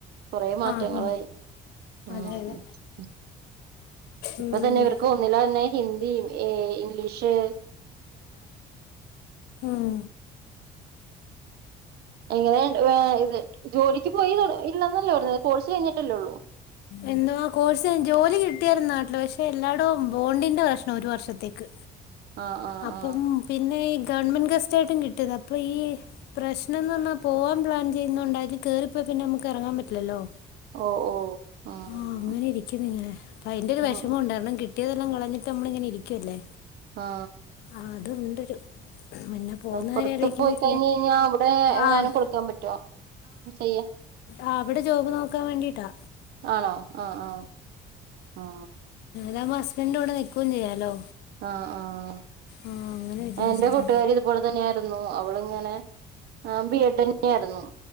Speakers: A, on the right (about 70°); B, on the left (about 75°).
A: കൊറെ മാറ്റങ്ങൾ
B: ആഹ്
A: ഉ ഉ
B: അതെ അതെ
A: ഇപ്പൊ
B: ഉം
A: തന്നെ ഇവർക്ക് ഒന്നില്ല തന്നെ ഹിന്ദി ഏ ഇംഗ്ലീഷ്
B: ഉം
A: എങ്ങനെ ഇ ജോലിക്ക് പോയി ഇല്ലന്നല്ലോ പറഞ്ഞ കോഴ്സ് കഴിഞ്ഞിട്ടല്ലോള്ളു
B: എന്നോ ആ കോഴ്സ് ജോലി കിട്ടിയര നാട്ടില് പക്ഷെ എല്ലാടും ബോണ്ടിന്റെ പ്രശ്നം ഒരു വർഷത്തേക്ക്
A: ആ ആ
B: അപ്പം
A: ആ
B: പിന്നെ ഗവൺമെന്റ് ഗസ്റ്റായിട്ടും കിട്ടിയത് അപ്പൊ ഈ പ്രശ്നം എന്ന് പറഞ്ഞാൽ പോവാൻ പ്ലാൻ ചെയ്യുന്നണ്ട് അതിത് കയറിപ്പോ പിന്നെ നമുക്ക് ഇറങ്ങാൻ പറ്റില്ലല്ലോ
A: ഓ ഓ ആഹ്
B: ആഹ അങ്ങനെ ഇരിക്കുന്നു ഇങ്ങനെ അപ്പ അതിന്റെ ഒരു വിഷമ
A: ആഹ്
B: ഉണ്ടരണം കട്ടി പറ്റിയതൊം കളഞ്ഞിട്ട് നമ്മളങ്ങനെ ഇരിക്കുവല്ലേ
A: ആ
B: ആഹ് അതുണ്ടൊരു പിന്നെ പോകുന്ന
A: പുറത്ത
B: കാര്യം ആലോചിക്കുമ്പോൾ
A: പോയി കഴിഞ്ഞഞ് കഴിഞ്ഞാ അവിടെ എങ്ങാനും
B: ആഹ്
A: കൊടുക്കാൻ പറ്റോ ചെയ്യ
B: ആ അവിടെ ജോബ് നോക്കാൻ വേണ്ടിട്ടാ
A: ആണോ ആഹ ആഹ ആ
B: രമസ് രണ്ട കവിടെ നിൽക്കുകയും ചെയ്യാലോ
A: ആഹ ആഹ
B: ആഹ് അങ്ങനെ വിചാരിച്ചിട്ടാ
A: എന്റെ കൂട്ടുകാരി ഇതുപോലെ തന്നെയ ആായിരുന്നു ഇള ഇങ്ങനെ ആ ബിയട് തന്നെയ ആായിരുന്നു